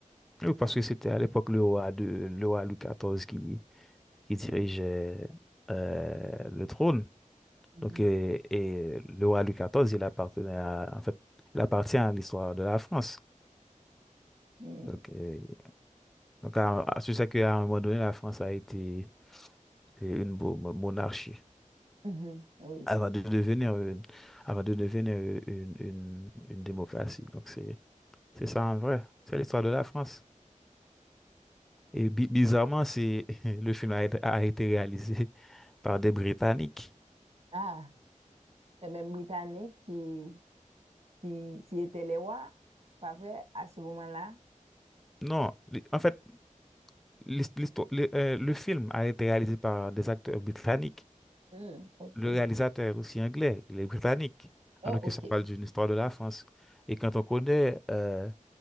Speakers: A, in the centre; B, on the right.
A: Oui, parce que c'était à l'époque le roi de, le roi Louis XIV qui, qui dirigeait euh, le trône.
B: Mhm.
A: Donc, et, et le roi Louis XIV, il appartenait à- en fait, il appartient à l'histoire de la France.
B: Mm.
A: Donc, euh, Donc, à- à- c'est ça qu'à un moment donné, la France a été une bo- monarchie
B: Mhm, oui.
A: avant de devenir une, avant de devenir une, une- une- démocratie. Donc, c'est, c'est ça en vrai. C'est l'histoire de la France. Et bi- bizarrement, c'est, <laughs> le film a été, a été réalisé par des Britanniques.
B: Ah, c'est même Britannique qui, qui, qui était les rois, pas vrai, à ce moment-là.
A: Non, li- en fait, l'his- l'histoire- le, euh, le film a été réalisé par des acteurs britanniques.
B: Hmm, ok.
A: Le réalisateur est aussi anglais, il est britannique,
B: Oh,
A: alors que
B: ok.
A: ça parle d'une histoire de la France. Et quand on connaît euh,